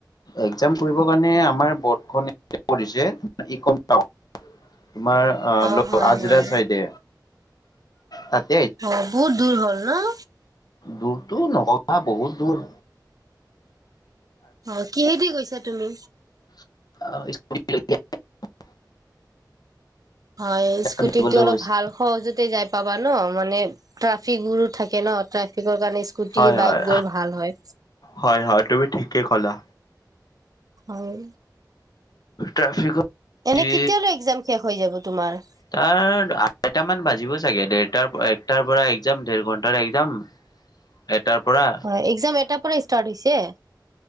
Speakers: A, on the left; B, on the right.
A: একজাম কৰিব কাৰণে আমাৰ বৰ্ড খনে কৰিছে ইকম টাও তোমাৰ আহ
B: অ
A: ল
B: হয়
A: আজিৰাল
B: হয়
A: চাইতে তাত
B: অ বহুত দূৰ হল ন?
A: দুৰটো নকবা বহুত দূৰ
B: অ কিহেদি গৈছা তুমি
A: <unintelligible>
B: হয় স্কুটিটো
A: দিবলৈ
B: অলপ
A: গৈছে
B: ভাল সহজতে যাই পাবা ন মানে ট্ৰাফিক বোৰো থাকে ন ট্ৰাফিকৰ কাৰণে স্কুটি
A: হয়
B: বাইক
A: হয়
B: বোৰ ভাল হয়।
A: হয় হয় তুমি ঠিকে ক'লা
B: হয়
A: ট্ৰেফিকত
B: এনে
A: যি
B: কেতিয়ালৈ একজাম শেষ হৈ যাব তোমাৰ
A: তাৰ আটামান বাজিব চাগে দেৰটাৰ একটাৰ পৰা একজাম দেৰ ঘন্ট একজাম এটাৰ পৰা
B: হয় একজাম এটাৰ পৰাই ষ্টাৰ্ট হৈছে